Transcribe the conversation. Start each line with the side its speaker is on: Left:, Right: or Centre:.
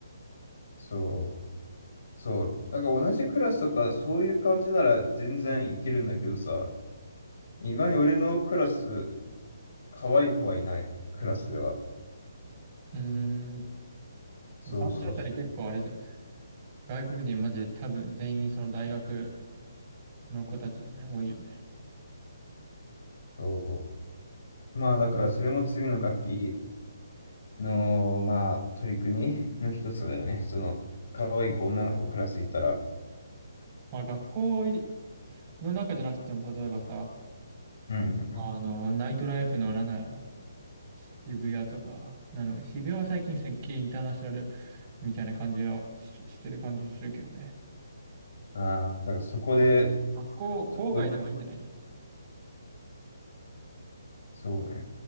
Left: そう。そう。なんか同じクラスとかそういう感じなら全然いけるんだけどさ、意外に俺のクラス、可愛い子はいない、クラスでは。
Right: うーん。
Left: そうそうそう。
Right: 産地あたり結構あれで、外国人マジで多分全員その大学の子たちでね、多いよね。
Left: そう。まあだからそれも次の楽器の、まあ取り組みの一つだよね。その、可愛い子、女の子クラスいたら。
Right: まあ学校の中じゃなくても、例えばさ、
Left: うん。
Right: あの、ナイトライフのなんなら渋谷とか、なの、渋谷は最近すっげえインターナショナルみたいな感じはし、してる感じするけどね。
Left: ああ、だからそこで、
Right: あ学校、郊外でもいいんじゃないの
Left: そこ、そうね。